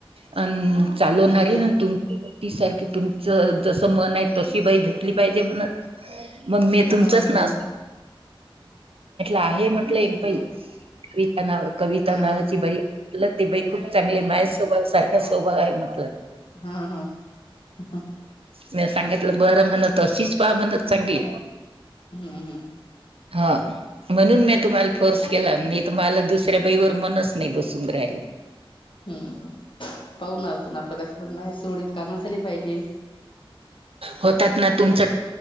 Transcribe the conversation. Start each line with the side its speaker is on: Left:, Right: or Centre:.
Right: अ चालवणारी
Left: हा हा
Right: तुम ती सारखे तुमचं जसं मन आहे तशी बाई भेट ण मग मी तुमचच
Left: हा
Right: ना
Left: हा
Right: आहे म्हटलं एक
Left: हो हा
Right: पज कविता नाव कविता
Left: हा
Right: नावाची बाई ते बाई खूप चांगले
Left: हा
Right: माय स्भाव सारख सोभाग आहे म्हटलं.
Left: हाम्म हम्म.
Right: म सांगितलं बरं म्हणत तशिच पा म्हणत. चांगली
Left: हम्म हम्म.
Right: हा म्हणून मी तुम्हाला फोर्स केला नाही तर मला दुसऱ्या बाईवर मनच नाही बसून राहिल.
Left: हम्म् पाह ना आपण आपलं कसं पण नाही सुरळीत कामं झाली पाहिजे.
Right: होतात ना तुमच